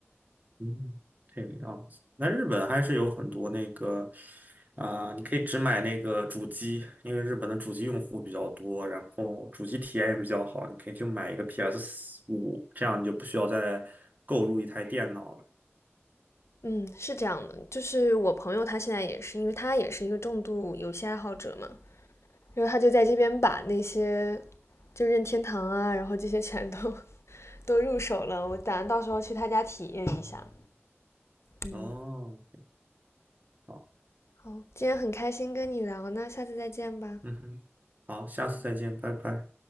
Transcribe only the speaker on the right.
嗯，这个样子。那日本还是有很多那个啊、你可以只买那个主机，因为日本的主机用户比较多，然后主机体验也比较好，你可以就买一个 p s 五，这样你就不需要再购入一台电脑了。
哦，好，
嗯哼，好，下次再见，拜拜。